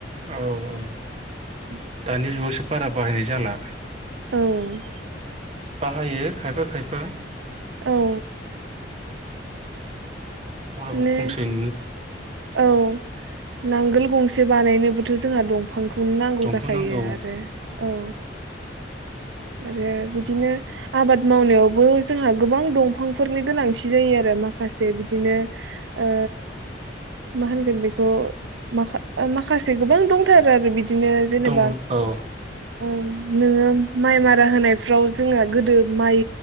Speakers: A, on the right (about 35°); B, on the right (about 80°).
A: औ औ
B: उम
A: दानि जुगावसो बारा बाहायनाय जाला।
B: औ।
A: बाहायो खायफा खायफा।
B: औ
A: अब्लाबो
B: माने
A: खमसै नुनो
B: औ नांगोल गंसे बानायनोबोथ' जोंहा दंफां ख गुननांगौ
A: दंफां
B: जाखायो
A: नांगौ
B: आरो औ। आरो बिदिनो आबाद मावनायावबो जोंहा गोबां दंफांफोरनि गोनांथि जायो आरो। माखासे बिदिनो ओ मा होनगोन बेखौ माखा माखासे गोबां दंथारो आरो बिदि दिनो जेनेबा
A: दङ औ
B: ओम नोङो माइ मारा होनायफ्राव जोङो गोदो माइ